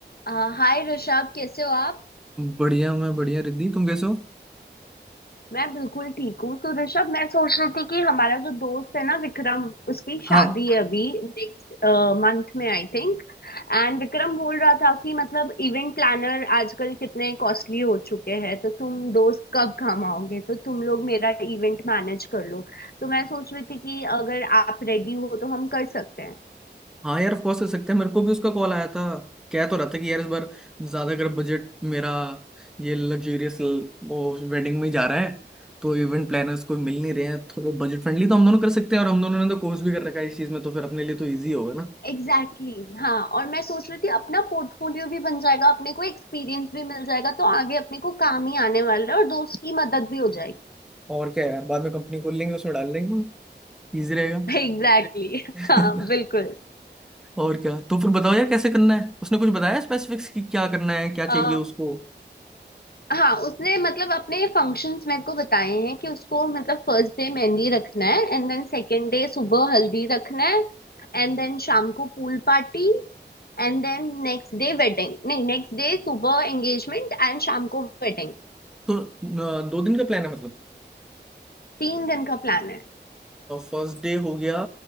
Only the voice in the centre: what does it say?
बढ़िया मैं बढ़िया रिद्धि तुम कैसे हो
हाँ
हाँ यार ऑफ कोर्स कर सकते हैं मेरे को भी उसका कॉल आया था कह तो रहा था कि यार इस बार ज्यादा अगर बजट मेरा ये लग्जरियस वो वेडिंग में ही जा रहा है तो इवेंट प्लानर्स कोई मिल नहीं रहे हैं थोड़ा बजट फ्रेंडली तो हम दोनों कर सकते हैं और हम दोनों ने तो कोर्स भी कर रखा है इस चीज में तो फिर अपने लिए तो ईजी होगा ना
और क्या यार बाद में कंपनी खोल लेंगे उसमें डाल देंगे हम ईजी रहेगा
<laughs>
और क्या तो फिर बताओ यार कैसे करना है उसने कुछ बताया स्पेसिफिक्स कि क्या करना है क्या
चाहिए उसको
तो अ, दो दिन का प्लान है मतलब।
फर्स्ट डे हो गया